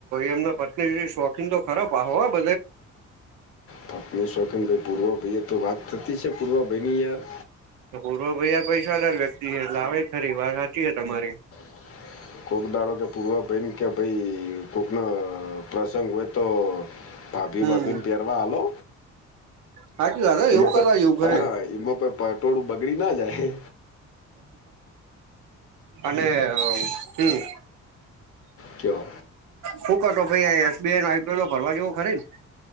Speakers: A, on the right; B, on the left.
A: એમના પત્ની થી શોખીન તો ખરા પાહો <unintelligible>
B: પત્ની શોખીન ભાઈ પૂર્વ ભાઈએ થતી છે, પૂર્વભાઈની યાર
A: તો પૂર્વ ભાઈ પૈસાદાર વ્યક્તિ હે લાવે ખરી વાત હાચી હે તમારી
B: <inaudible> કોક દાડો કે પૂર્વાભાઈન કે ભઈ કોકન પ્રસંગ હોય તો ભાભીઓ
A: હમ
B: બાભિઓ ને પેરવા હાલો
A: સાચી વાત હો
B: ઈમાં
A: એવું કરવા
B: કઈ
A: જેવું ખરે
B: હા ઈમાં કઈ પટોડુ બગડી ના જાય
A: અને હમ
B: કેવ
A: શહુકરતો <unintelligible> એસબીઆઈ નો આઈપ્રો તો ભરવા જેવો ખરીને?